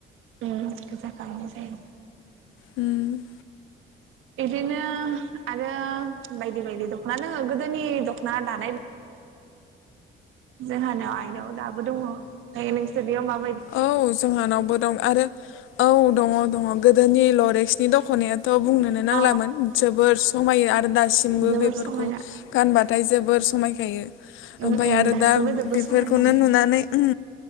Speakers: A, on the right (about 90°); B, on the left (about 90°).
A: औ गोजा गाबनि जायो
B: हम
A: बिदिनो आरो बायदि बायदि दख'ना दोंङो गोदोनि दख'ना दानाय जोंहानाव आइनाव दाबो दङ। दायो नोंसोरनियाव माबा
B: औ जोंहानावबो दं आरो औ दङ दङ गोदोनि लरेक्सनि दख'नायाथ' बुंनोनो नांलामोन
A: अ
B: जोबोर समायो आरो आरो दासिमबो
A: जोबोर
B: बेफोरखौ
A: समायना
B: गानबाथाय जोबोर समायखायो।
A: उम
B: ओमफ्राय
A: उम
B: आरो
A: दासिमबो
B: दा
A: जोबोर
B: बेफोरखौनो
A: समायना दोङो
B: नुनानै ओम